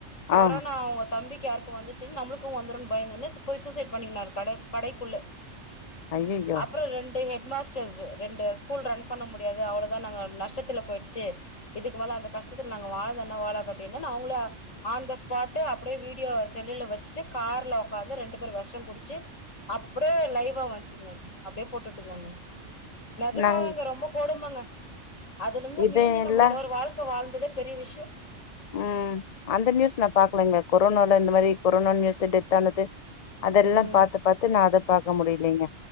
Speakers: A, on the left; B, on the left.
A: கொரோனா
B: ஆ
A: அவுங்க தம்பி க்கி யாருக்கொ வந்துச்சுன் நம்ளுக்கு வந்துருன் பயந்துனு போய் சூசைட் பண்ணிகினார் கட கடைக்குள்ள
B: ஐயையோ
A: அப்றொ ரெண்டு ஹெட் மாஸ் டர்ஸு ரெண்டு ஸ்கூல் ரன் பண்ண முடியாது அவ்ளொதா நாங்க நஷ்டத்துல போயிர்ச்சு இதுக்கு மேல அந்த கஷ்டத்துல நாங்க வாழ்ந்தென்ன வாழா காட்டி என்னன் அவுங்கள ஆன் த ஸ்பாட்டே அப்புடே‌ வீடியோ செல்லுல வச்சுட்டு கார்ல ஒக்காந்து ரெண்டு பேர் வெஷங்குடுச்சு அப்புடே லைவா வன்ச்சுங்க அப்டியே போட்டுட்ருந்தாங்க நெஜமா
B: நாங்க
A: தாங்க ரொம்ப கொடுமங்க அதுலந்து
B: இது
A: மீண்டு நம்ம
B: இல்ல
A: இன்னொரு வாழ்க்க வாழ் றதெ பெரிய விஷ்யொ
B: ம் அந்த நியூஸ் நா பாக்கலங்க கொரோனால இந்த மாரி கொரோனா நியூஸு டெத்தானது அதெல்லா
A: ம்
B: பாத்து பாத்து நா அத பாக்க முடியலைங்க